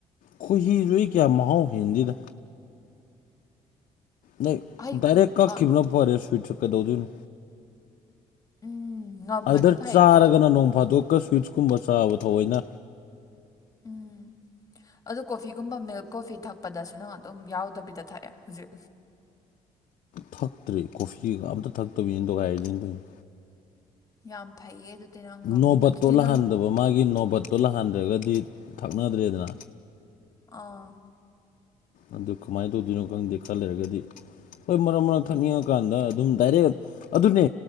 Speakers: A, on the left; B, on the left.
A: ꯈꯣꯏꯍꯤꯗꯨ ꯀꯌꯥꯝ ꯃꯍꯥꯎ ꯍꯦꯟꯖꯤꯅꯦ ꯅꯪ
B: ꯍꯥꯏꯗꯤ
A: ꯗꯥꯏꯔꯦꯛ
B: ꯈꯣ
A: ꯀꯛꯈꯤꯕꯅꯣ
B: ꯑ
A: ꯐꯔꯦ ꯁ꯭ꯋꯤꯠꯁꯦ ꯀꯩꯗꯧꯗꯣꯏꯅꯣ
B: ꯎꯝ ꯉꯝꯃꯗꯤ
A: ꯑꯗꯔ
B: ꯐꯩ
A: ꯆꯥꯔꯒꯅ
B: ꯑꯗꯨꯗꯣ
A: ꯅꯣꯡ ꯐꯥꯗꯣꯛꯀ ꯁ꯭ꯋꯤꯠꯁ ꯀꯨꯝꯕ ꯆꯥꯕ ꯊꯧꯑꯣꯏꯩꯅ
B: ꯎꯝ ꯑꯗꯨ ꯀꯣꯐꯤꯒꯨꯝꯕ ꯃꯤꯜꯛ ꯀꯣꯐꯤ ꯊꯛꯄꯗꯁꯨꯅ ꯑꯗꯨꯝ ꯌꯥꯎꯗꯕꯤꯗ ꯊꯛꯑꯦ ꯍꯧꯖꯤꯛ
A: ꯊꯛꯇ꯭ꯔꯦ ꯀꯣꯐꯤꯒ ꯑꯝꯇ ꯊꯛꯇꯕꯤꯅꯤꯅ ꯗꯣꯒꯥꯏꯔꯤ ꯌꯦꯅꯗꯣꯏꯅꯤ
B: ꯌꯥꯝ ꯐꯩꯌꯦ ꯑꯗꯨꯗꯤ ꯅꯪ ꯉꯝꯃꯤꯗꯣ
A: ꯅꯣꯕꯠꯇꯣ
B: ꯑꯗꯨꯗꯤ
A: ꯂꯥꯛꯍꯟꯗꯕ
B: ꯅꯪ
A: ꯃꯥꯒꯤ ꯅꯣꯕꯠꯇꯣ ꯂꯥꯛꯍꯟꯗ꯭ꯔꯒꯗꯤ ꯊꯛꯅꯗ꯭ꯔꯦꯗꯅ
B: ꯑꯥ
A: ꯑꯗꯨ ꯀꯃꯥꯏꯅ ꯇꯧꯗꯣꯏꯅꯣ ꯈꯪꯗꯦ ꯈꯔ ꯂꯩꯔꯒꯗꯤ ꯍꯣꯏ ꯃꯔꯛ ꯃꯔꯛ ꯊꯛꯅꯤꯡꯉꯀꯥꯟꯗ ꯑꯗꯨꯝ ꯗꯥꯏꯔꯦꯛ ꯑꯗꯨꯅꯦ